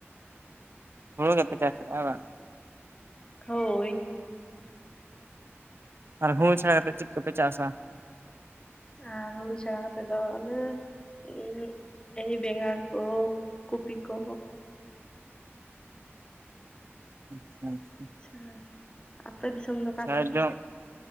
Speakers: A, on the right; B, on the left.
A: ᱦᱩᱲᱩ ᱜᱮᱯᱮ ᱪᱟᱥ ᱟᱨ ᱵᱟᱝ?
B: ᱦᱳᱭ
A: ᱟᱨ ᱦᱩᱲᱩ ᱪᱷᱟᱲᱟ ᱠᱟᱛᱮ ᱪᱮᱫ ᱠᱚᱯᱮ ᱪᱟᱥᱟ?
B: ᱟᱨ ᱦᱩᱲᱩ ᱪᱷᱟᱲᱟ ᱠᱟᱛᱮᱫ ᱫᱚ ᱚᱱᱮ ᱩ ᱮᱭ ᱵᱮᱸᱜᱟᱲ ᱠᱚ ᱠᱚᱯᱤ ᱠᱚ᱾
A: ᱟᱪᱪᱷᱟ ᱟᱪᱪᱷᱟ
B: ᱪᱷᱟ ᱟᱯᱮ ᱫᱤᱥᱚᱢ ᱫᱚ?
A: ᱥᱟᱨᱡᱚᱢ